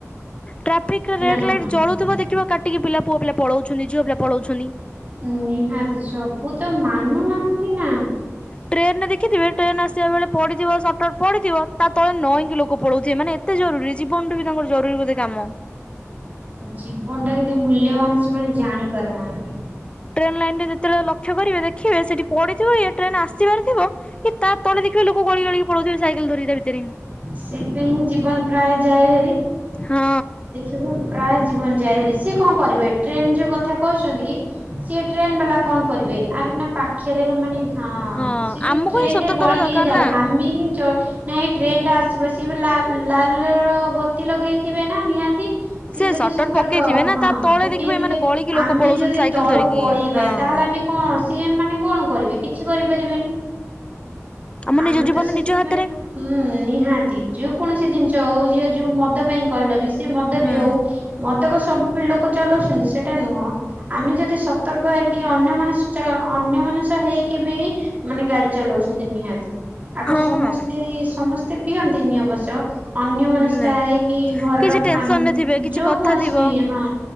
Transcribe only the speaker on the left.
ଟ୍ରାଫିକର ରେଡ୍
ଲାଇଟ୍
ଜଳୁଥିବା ଦେଖିବ କାଟ ଟି କି ପୁଅ ପିଲା ପଳଉ ଛନି ଝିଅ ପିଲା ପଲୋଉଛନି।
ଟ୍ରେନ ରେ ଦେଖଥିବେ ଟ୍ରେନ ଆସିବା ବେଳେ ପଡିଥିବ ସର୍ଟକଟ ପଡିଥିବ ତା ତଳେ ନଇକି ଲୋକ ପଳଉଥିବେ ମାନେ ଏ ତେ ଜରୁରୀ ଜୀବନଟୁ ବି ତାଙ୍କର ଜରୁରୀ ବୋଧେ କାମ।
ଟ୍ରେନ ଲାଇନ ରେ ଯେତେବେଳେ ଲକ୍ଷ୍ୟ କରିବେ ଦେଖିବେ ସେଇଠି ପଡ଼ିଥିବ ୟା ଟ୍ରେନ ଆସିବାର ଥିବ ଏଇ ତା ତଳେ ଦେଖିବେ ଲୋକ ଗଳି ଗଳି ପଳଉଥିବେ ସାଇକେଲ ଧରିକି ତା ଭିତରେ।
ହଁ।
ହଁ
ଆମକୁ
ହିଁ ସତର୍କ
ହବା ଦରକାର
ନା।
ସେ
ସଟର
ପକେଇଥିବେ
ନା ତା ତଳେ
ଦେଖିବେ ଏମାନେ ଗଳିକି ଲୋକ
ପଳଉଛନ୍ତି
ସାଇକେଲ
ଧରିକି
ହଁ।
ଆମ
ନିଜ ଜୀବନ
ନିଜ ହାତରେ।
ହୁଁ
ହଁ
ନାଇଁ
କିଛି ଟେନସନରେ
ଥିବେ କିଛି
କଥା
ଥିବ